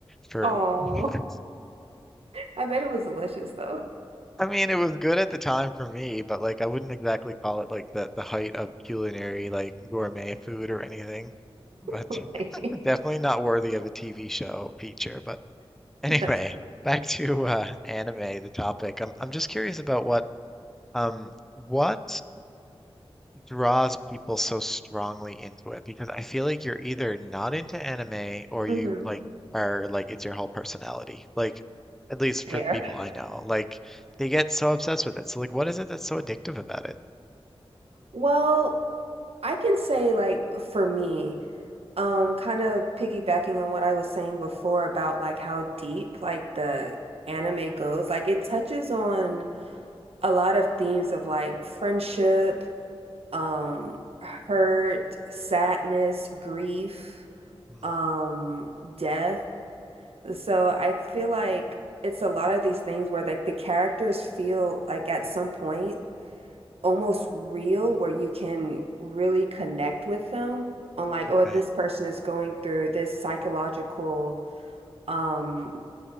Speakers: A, in the centre; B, on the right (about 75°).
A: for
B: oh.
A: <laughs>
B: I bet it was delicious though.
A: I mean, it was good at the time for me, but like I wouldn't exactly call it like the the height of culinary like gourmet food or anything. But
B: <laughs>
A: <laughs> definitely not worthy of a TV show feature. But <laughs> anyway,
B: That's
A: back to uh, anime, the topic. I'm I'm just curious about what um what draws people so strongly into it because I feel like you're either not into anime or you
B: mm-hmm.
A: like are like it's your whole personality. Like at least for
B: Fair.
A: the people I know, like they get so obsessed with it. So like what is it that's so addictive about it?
B: Well, I can say like for me, um, kind of piggybacking on what I was saying before about like how deep like the anime goes, like it touches on a lot of themes of like friendship um, hurt, sadness, grief,
A: Mm,
B: um, death. So I feel like it's a lot of these things where like the characters feel like at some point almost real, where you can really connect with them on like,
A: okay.
B: oh, this person is going through this psychological um